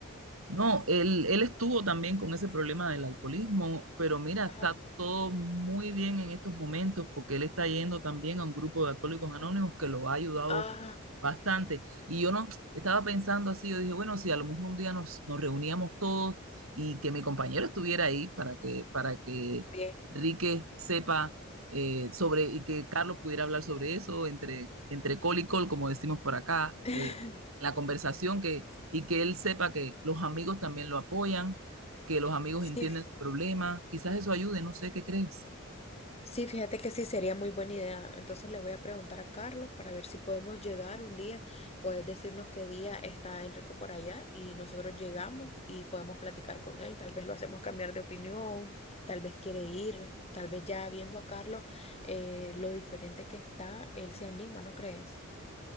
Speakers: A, on the right (about 90°); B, on the left (about 30°).
A: No, él, él estuvo también con ese problema del alcoholismo, pero mira,
B: Ajá.
A: está todo muy bien en estos momentos porque él está yendo también a un grupo de alcohólicos anónimos que lo ha ayudado
B: Ah,
A: bastante. Y yo no estaba pensando así, yo dije, bueno, si a lo mejor un día nos, nos reuníamos todos y que mi compañero estuviera ahí para que, para que
B: bien.
A: Enrique sepa eh, sobre y que Carlos pudiera hablar sobre eso entre, entre col y col, como decimos por acá,
B: <laughs>
A: eh, la conversación y que él sepa que los amigos también lo apoyan, que los amigos
B: Sí,
A: entienden su problema. Quizás eso ayude, no sé qué crees.
B: Sí, fíjate que sí, sería muy buena idea. Entonces le voy a preguntar a Carlos para ver si podemos llegar un día. Puedes decirnos qué día está Enrique por allá y nosotros llegamos y podemos platicar con él. Tal vez lo hacemos cambiar de opinión, tal vez quiere ir, tal vez ya viendo a Carlos eh, lo diferente que está, él se anima, ¿no crees?